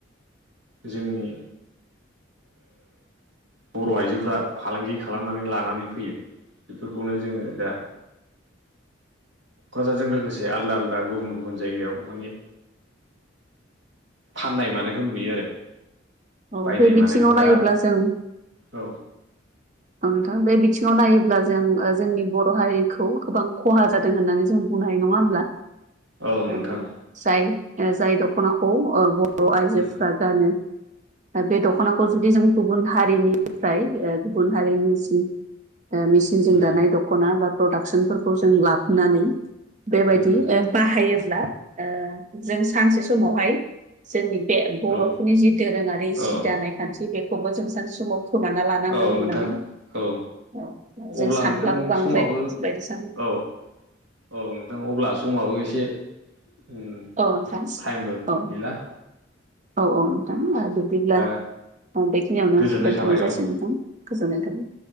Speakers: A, on the right (about 70°); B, on the right (about 40°).
A: जोंनि बर' आइजोफ्रा फालांगि खालामनानै लानानै फैयो बेफोरखौनो जोङो दा क'क्राझारजों लोगोसे आलदा आलदा गुबुन गुबुन जायगायाव माने फाननाय मानायखौ नुयो आरो
B: औ
A: बायनाय
B: बे बिथिङाव
A: मानायखौ दा
B: नायोब्ला जों
A: औ
B: औ नोंथां बे बिथिङाव नायोब्ला जों जोंनि बर' हारिखौ गोबां खहा जादों होननानै जों बुंनो हायो नङा होमब्ला
A: औ
B: जाय
A: नोंथां
B: जाय दख'नाखौ बर' आइजोफ्रा
A: उम
B: गानो बे दख'नाखौ जुदि जों गुबुन हारिनिफ्राय गुबुन हारिनि जि मेचिनजों
A: उम
B: दानाय दख'ना बा प्रडाक्सनफोरखौ जों लाबोनानै बेबायदि
A: उम
B: बाहायोब्ला जों सानसे समावहाय जोंनि बे बर'फोरनि
A: औ
B: जि दोरोङारि जि
A: औ
B: दानाय खान्थि बेखौबो जों सानसे समाव खोमाना लानांगोन
A: औ
B: होननानै
A: नोंथां औ
B: औ
A: अब्ला
B: जों सानब्लाबो
A: नोंथां
B: बांद्राय
A: समाबो
B: गोसोबायदि सानो
A: औ औ नोंथां अब्ला समाबो एसे टाइमबो
B: औ नोंथां औ
A: गैला
B: औ औ नोंथां बिब्दिब्ला
A: दा
B: बेखिनियावनो
A: गोजोननाय
B: दोनथ'नाय
A: थाबाय औ
B: जासिग नोंथां गोजोननाय थाबाय